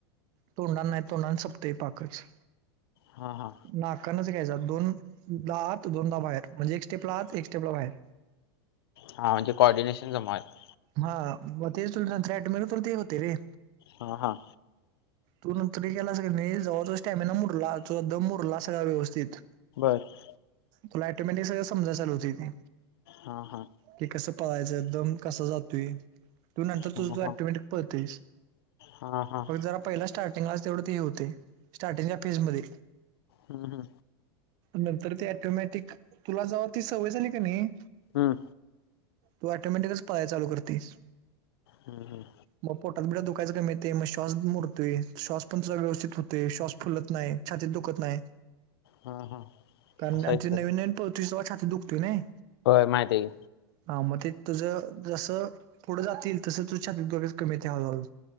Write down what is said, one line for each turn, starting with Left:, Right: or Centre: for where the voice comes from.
Right: तोंडानं नाही तोंडानं संपतय पाकच.
Left: हा हा.
Right: नाकानच घ्यायचा दोनदा आत दोनदा बाहेर म्हणजे एक स्टेपला आत एक स्टेपला बाहेर.
Left: हा म्हणजे कॉऑर्डिनेशन जमवायला.
Right: हा म ते तुला <unintelligible> मे ते होते रे.
Left: हा हा.
Right: तू नंतरही केलास नाही जवा तो स्टॅमिना मुरला तुजा दम मुरला सगळा व्यवस्थित.
Left: बरं.
Right: तुला ॲटोमॅटिक सगळ समजाय चालू होतय ते.
Left: हा हा.
Right: की कसं पळायचं? दम कसा जातोय? तु नंतर
Left: हा
Right: तुझ तू ऑटोमॅटीक पळतयस,
Left: हा हा हा
Right: फक्त जरा पहिला स्टार्टिंगलाच तेवढं ते हे होतय, स्टार्टिंगच्या फेज मध्ये.
Left: हम्म हम.
Right: नंतर ते ॲटोमॅटिक, तुला जवा ती सवय झाली की नाही
Left: हम्म
Right: तू ऑटोमॅटिकच पळाय चालू करतयस.
Left: हम हम.
Right: मग पोटात बिठात दुखायचं कमी येतय मग श्वास मुरतोय, श्वास पण ता व्यवस्थित होतय, श्वास फुलत नाही. छातीत दुकत नाही.
Left: हा हा
Right: कारण
Left: असा
Right: त्यांचे
Left: विषय
Right: नवीन नवीन पळतय तवा छातीत दुखतय नाही.
Left: होय माहिते की.
Right: हा मग ते तुझं जसं पुढं जातील तस तुझ छातीेत दुखायचं कमी येतय हळूहळू.